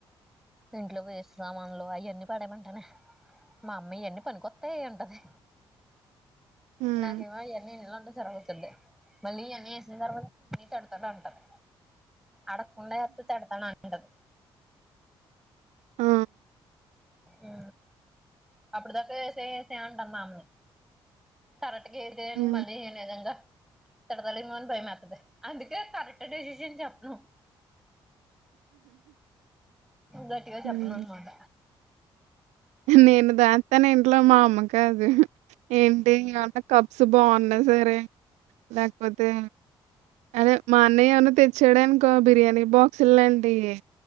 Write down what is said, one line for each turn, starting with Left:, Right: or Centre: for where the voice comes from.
Centre: ఇంట్లో వేస్ట్ సామానులు ఆయనీ పడేమంటానే మా అమ్మీ ఎన్ని పని కొత్తయి అంటది
Right: హ్మ్.
Centre: నాకు ఏమో అయ్యన్నీ ఉంట జరుగుతుండే మళ్ళీ అన్నీ వేసిన తర్వాత అన్న తడతాడు అంటారు అడక్కుండా ఏస్తే తిడతాను అంటాడు
Right: ఆ
Centre: ఉ అప్పటిదాకా ఏసయ్య యేసయ్య అంటది మా అమ్మ కరెక్ అగే ఇదేం
Right: హ్మ్.
Centre: మనీ ఏనేదంగా తిడతావేమో అని భయమేస్తది అందుకనే కరెక్ట్ డెసిషన్ చెప్పాను గట్టిగా చెప్పను
Right: హ్మ్.
Centre: అన్నమాట
Right: నేను దాస్తాను ఇంట్లో మా అమ్మ కాదు ఏంటి అంత కప్స్ బాగున్నా సరే లేకపోతే అదే మా అన్నయ్య ఏమన్నా తెచ్చాడానుకో బిర్యానీ బాక్సులాంటి ఇ